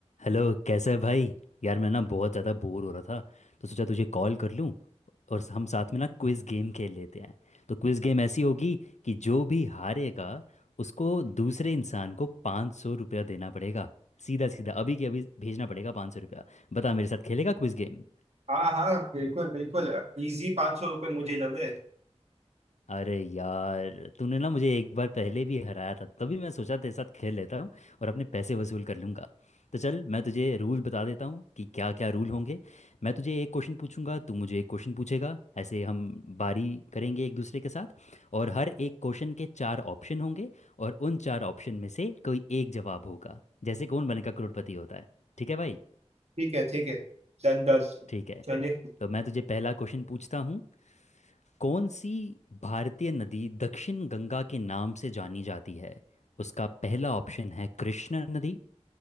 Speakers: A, on the left; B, on the right.
A: Hello कैसा है भाई यार मैं ना बहुत ज़्यादा बोर हो रहा था तो सोचा तुझे कॉल कर लूँ और हम साथ में ना क्विज़ गेम खेल लेते हैं तो क्विज़ गेम ऐसी होगी कि जो भी हारेगा उसको दूसरे इंसान को पाँच सौ रुपया देना पड़ेगा सीधा सीधा अभी के अभी भेजना पड़ेगा पाँच सौ रुपया बता मेरे साथ खेलेगा क्विज़ गेम?
B: हाँ हाँ बिल्कुल बिल्कुल इजी पाँच सौ रुपये मुझे लगे
A: अरे यार तूने ना मुझे एक बार पहले भी हराया था तभी मैं सोचा तेरे साथ खेल लेता हूँ और अपने पैसे वसूल कर लूँगा तो चल मैं तुझे रूल बता देता हूँ कि क्या क्या रूल होंगे मैं तुझे एक क्वेश्चन पूछूंगा तू मुझे एक क्वेश्चन पूछेगा ऐसे हम बारी करेंगे एक दूसरे के साथ और हर एक क्वेश्चन के चार ऑप्शन होंगे और उन चार ऑप्शन में से कोई एक जवाब होगा जैसे कौन बनेगा करोड़पति होता है ठीक है भाई
B: ठीक है ठीक है Done done
A: ठीक है
B: चलिए
A: तो मैं तुझे पहला क्वेश्चन पूछता हूँ कौन सी भारतीय नदी दक्षिण गंगा के नाम से जानी जाती है उसका पहला ऑप्शन है कृष्णा नदी